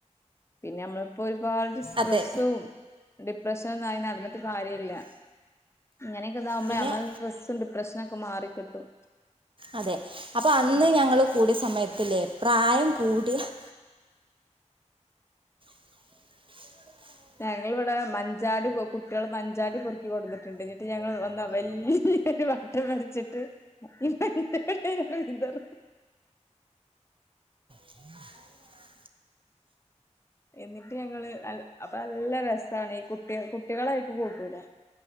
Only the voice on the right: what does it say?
അതെ
പിന്നെ
അതെ അപ്പൊ അന്ന്
ഞങ്ങള് കൂടിയ സമയത്തില്ലേ പ്രായം കൂടിയ <inaudible> <inaudible>
<inaudible>